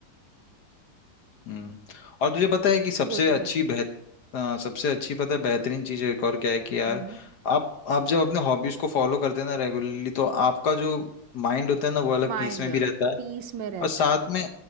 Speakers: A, on the left; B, on the right.
A: हम्म और तुझे पता है कि सबसे
B: वो तो
A: अच्छी
B: है
A: बेहत हाँ, सबसे अच्छी पता है बेहतरीन चीज एक और क्या है कि यार
B: हम्म
A: आप आप जब अपने हॉबीज को फॉलो करते हैं ना रेगुलरली तो आपका जो माइंड होता है ना वो अलग
B: माइंड
A: पीस में भी रहता है
B: पीस में रहता
A: और साथ
B: है
A: में